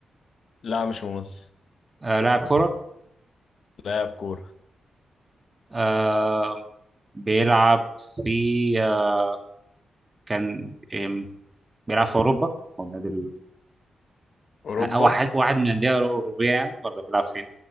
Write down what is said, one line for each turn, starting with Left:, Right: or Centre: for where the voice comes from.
Left: لا مش مصري
Right: آه لاعب كره
Left: لاعب كوره
Right: آه بيلعب في آه كان آم، بيلعب في أوروبا أو النادي ال-
Left: اوروبا
Right: أو واحد واحد من الأندية الأوروبية يعني ولا بيلعب فين؟